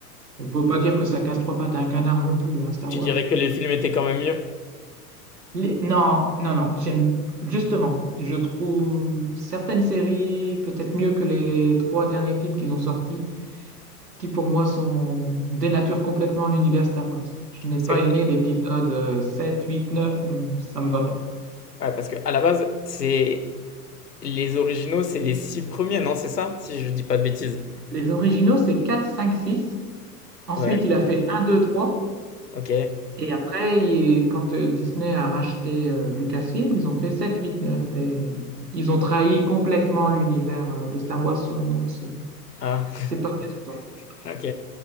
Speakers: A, on the right (about 85°); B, on the left (about 80°).
A: on ne peut pas dire que ça casse trois pattes à un canard non plus, hein, Star
B: Tu
A: Wars.
B: dirais que les films étaient quand même mieux?
A: Les- Non, non, non, j'aime justement, je trouve certaines séries peut-être mieux que les trois derniers films qu'ils ont sortis, qui pour moi sont dénaturent complètement l'univers Star Wars. Je n'ai
B: Parce
A: pas aimé
B: que,
A: l'épisode euh, 7, 8, 9, non, ça me va pas.
B: ouais, parce que à la base, c'est les originaux, c'est les six premiers, non? C'est ça? Si je dis pas de bêtises.
A: Les originaux, c'est quatre, cinq, six. Ensuite,
B: Ouais,
A: il a fait un, 2, 3.
B: ok.
A: Et après, il- quand euh, Disney a racheté euh, Lucasfilm, ils ont fait 7, 8, neuf Et ils ont trahi complètement l'univers euh, de Star Wars, selon moi. C'est
B: Ah,
A: c'est pas bien ce qu'ils ont fait.
B: <laughs> ok.